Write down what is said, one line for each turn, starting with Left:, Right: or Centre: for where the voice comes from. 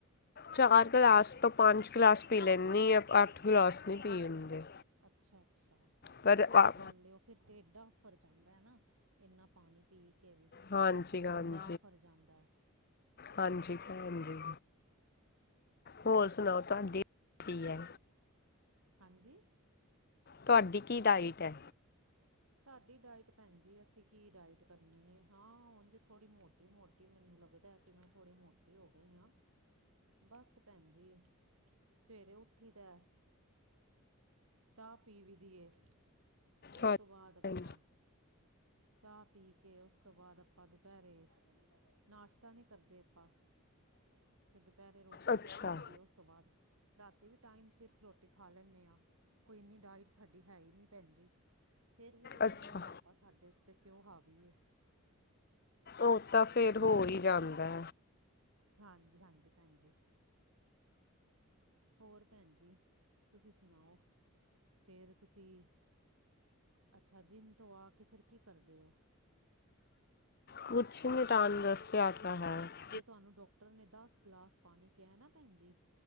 Left: ਚਾਰ ਗਲਾਸ ਤੋਂ ਪੰਜ ਗਲਾਸ ਪੀ ਲੈਂਦੀ ਆਂ ਅੱਠ ਗਲਾਸ ਨੀ ਪੀ ਹੁੰਦੇ।
Right: ਅੱਛਾ-ਅੱਛਾ
Left: ਪਰ
Right: ਸਹੀ
Left: ਆ-
Right: ਗੱਲ ਐ, ਉਹ ਫੇਰ ਡੇਡ ਆਫਰ ਜਾਂਦਾ ਐ ਨਾ, ਇੰਨਾ ਪਾਣੀ ਪੀ ਕੇ ਵੀ।
Left: ਹਾਂਜੀ ਹਾਂਜੀ
Right: ਬੰਦਾ ਆਫਰ ਜਾਂਦਾ ਐ।
Left: ਹਾਂਜੀ ਭੈਣਜੀ। ਹੋਲ ਸੁਣਾਓ ਤੁਹਾਡੇ ਕੀ ਐ?
Right: ਹਾਂਜੀ?
Left: ਤੁਹਾਡੀ ਕੀ ਡਾਇਟ ਐ?
Right: ਸਾਡੀ ਡਾਇਟ ਭੈਣ ਜੀ ਅਸੀਂ ਕੀ ਡਾਇਟ ਕਰਨੀ ਏ ਹਾਂ ਉਂਝ ਥੋੜੀ ਮੋਟੀ ਮੋਟੀ ਮੈਨੂੰ ਲੱਗਦਾ ਆ ਕਿ ਮੈਂ ਥੋੜੀ ਮੋਟੀ ਹੋ ਗਈ ਆ ਬਸ ਭੈਣ ਜੀ ਸਵੇਰੇ ਉੱਠੀ ਦਾ ਚਾਹ ਪੀ ਵੀ ਦੀਏ ਉਸ
Left: ਹਾਂਜੀ
Right: ਤੋਂ ਬਾਦ ਆਪਨਾ ਚਾਹ ਪੀ ਕੇ ਉਸ ਤੋਂ ਬਾਦ ਆਪਾਂ ਦੁਪਹਿਰੇ ਨਾਸ਼ਤਾ ਨੀ ਕਰਦੇ ਆਪਾਂ ਫੇਰ ਦੁਪਹਿਰੇ ਰੋਟੀ
Left: ਅੱਛਾ
Right: ਰਖਾਈ ਦੀ ਉਸ ਤੋਂ ਬਾਅਦ ਰਾਤੀ ਵੀ ਟਾਈਮ ਸਿਰ ਰੋਟੀ ਖਾਂ ਲੈਣੇ ਆ ਕੋਈ ਇੰਨੀ ਡਾਇਟ ਸਾਡੀ ਹੈ ਹੀ ਨੀ ਭੈਣਜੀ ਫੇਰ ਵੀ ਪਤਾ
Left: ਅੱਛਾ
Right: ਨੀ ਮੋਟਾਪਾ ਸਾਡੇ ਤੇ ਕਿਉਂ ਹਾਵੀਏ
Left: ਓ ਤਾਂ ਫੇਰ ਹੋ ਹੀ ਜਾਂਦਾ।
Right: ਹਾਂਜੀ, ਹਾਂਜੀ ਭੈਣ ਜੀ। ਹੋਰ ਭੈਣ ਜੀ ਤੁਸੀਂ ਸੁਣਾਓ ਫੇਰ ਤੁਸੀਂ? ਅੱਛਾ ਜਿੰਮ ਤੋਂ ਆ ਕੇ ਫੇਰ ਕੀ ਕਰਦੇ ਹੋ?
Left: ਕੁਛ ਨੀ ਦਾਨ ਵਾਸਤੇ ਆਟਾ ਪਾਇਆ ਸੀ।
Right: ਜੇ ਤੁਹਾਨੂੰ ਡਾਕਟਰ ਨੇ ਦਸ ਗਲਾਸ ਪਾਨੀ ਕੇਹਾ ਨਾ ਭੈਣ ਜੀ